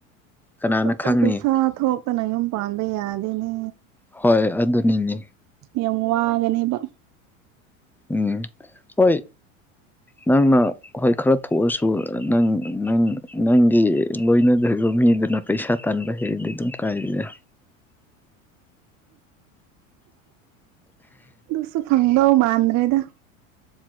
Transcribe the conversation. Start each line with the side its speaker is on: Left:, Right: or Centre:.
Centre: ꯀꯅꯥꯅ
Right: ꯈꯨꯠꯇ
Centre: ꯈꯪꯅꯤ
Right: ꯄꯩꯁꯥ ꯊꯣꯛꯇꯅ ꯌꯨꯝ ꯄꯥꯟꯕ ꯌꯥꯗꯦꯅꯦ
Centre: ꯍꯣꯏ ꯑꯗꯨꯅꯤꯅꯦ
Right: ꯌꯥꯝ ꯋꯥꯒꯅꯦꯕ
Centre: ꯎꯝ ꯍꯣꯏ ꯅꯪꯅ ꯍꯣꯏ ꯈꯔ ꯊꯣꯛꯑꯁꯨ ꯅꯪ ꯅꯪ ꯅꯪꯒꯤ ꯂꯣꯏꯅꯗ ꯑꯗꯨꯒ ꯃꯤꯗꯨꯅ ꯄꯩꯁꯥ ꯇꯥꯟꯕ ꯍꯩꯗꯤ ꯑꯗꯨꯝ ꯀꯥꯏꯗꯅ
Right: ꯑꯗꯨꯁꯨ ꯐꯪꯕ ꯃꯥꯟꯗ꯭ꯔꯦꯗ